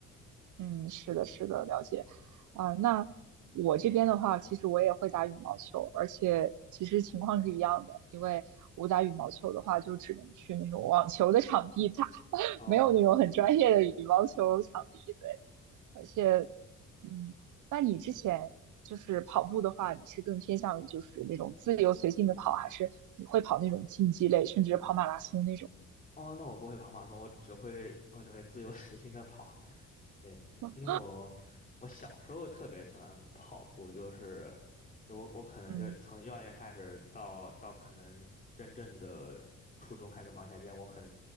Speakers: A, on the right (about 80°); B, on the left (about 25°).
A: 嗯，是的，是的，了解。啊、那我这边的话，其实我也会打羽毛球，而且其实情况是一样的，因为我打羽毛球的话，就只能去那种网球的场地打，<laughs>
B: 哦，
A: 没有那种很专业的羽毛球场地。对，而且，嗯，那你之前就是跑步的话，你是更偏向于就是那种自由随性的跑，还是你会跑那种竞技类，甚至跑马拉松那种
B: <laughs> 哦，那我不会跑马拉松，我只会我只会自由随心的跑。对，
A: 吗？
B: 因为我我小时候特别喜欢跑步，就是就我我可能就是从幼儿园开始到到可能真正的初中开始忙起来之前，
A: 嗯
B: 我可能